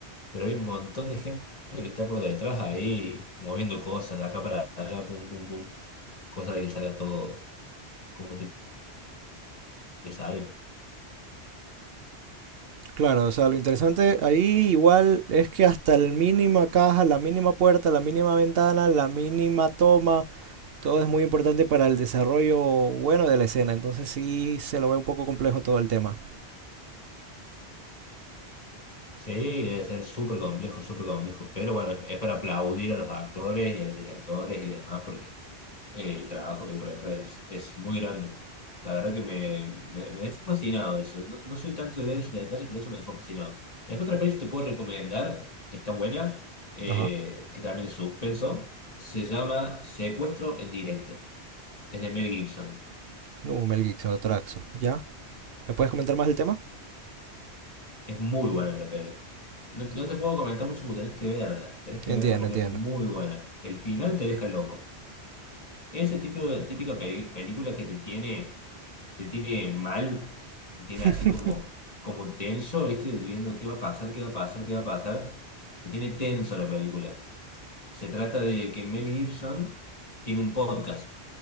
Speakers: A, on the left (about 35°); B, on the right (about 65°).
A: Pero hay un montón de gente que está por detrás ahí moviendo cosas de acá para allá, pum, pum, pum. Cosa de que salga todo como tiene que salir.
B: claro, o sea, lo interesante ahí igual es que hasta la mínima caja, la mínima puerta, la mínima ventana, la mínima toma, todo es muy importante para el desarrollo bueno de la escena, entonces sí se lo ve un poco complejo todo el tema.
A: Sí, debe ser súper complejo, súper complejo. Pero bueno, es para aplaudir a los actores y a los directores y demás, porque eh, el trabajo que hay por detrás es, es muy grande. La verdad que me, me, me dejó fascinado eso. No, no soy tanto de ver esos detalles, pero eso me dejó fascinado. Después otra peli que te puedo recomendar, que está buena, eh,
B: Ajá,
A: que también es suspenso, se llama Secuestro en directo. Es de Mel Gibson.
B: no, Mel Gibson, Traxo, ¿ya? ¿Me puedes comentar más el tema?
A: Es muy buena la peli. No, no te puedo comentar mucho porque tenés que verla. Tenés que
B: Entiendo,
A: verla porque
B: entiendo.
A: es muy buena. El final te deja loco. Ese tipo de típica peli- película que te tiene, te tiene mal, te tiene
B: <laughs>
A: así como, como tenso, ¿viste? Viendo qué va a pasar, qué va a pasar, qué va a pasar. Te tiene tenso la película. Se trata de que Mel Gibson tiene un podcast.